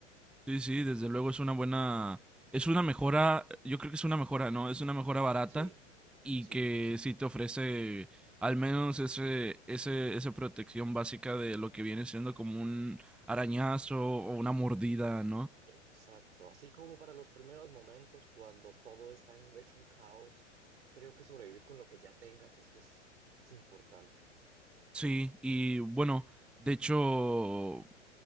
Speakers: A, in the centre; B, on the right.
A: Sí, sí, desde luego es una buena, es una mejora, yo creo que es una mejora, ¿no? Es una mejora barata
B: Sí,
A: y
B: sí,
A: que sí te ofrece al menos ese, ese, esa protección básica de lo que viene siendo como un arañazo o una mordida, ¿no?
B: exacto. Así como para los primeros momentos, cuando todo está en- hecho un caos, creo que sobrevivir con lo que ya tengas es, es, es importante.
A: Sí, y bueno, de hecho,